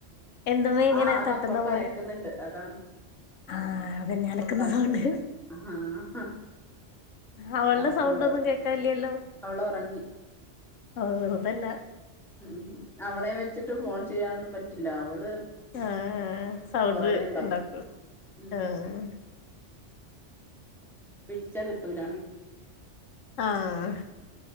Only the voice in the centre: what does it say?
ആഹ് അത്
അപ്പുറത്ത്
അലക്കുന്നുണ്ട് അതാണ്
അപ്പുറത്ത്
അലക്കുന്നുണ്ട്
ആഹ്
ആ സൗണ്ടാവും
അവള് ഉറങ്ങി
ഉം അവളെ വെച്ചിട്ട് ഫോൺ ചെയ്യാനൊന്നും പറ്റില്ല അവള്
പുറകേ ഉണ്ടാവും
ഉം
പിടിച്ചാ കിട്ടൂലാണ്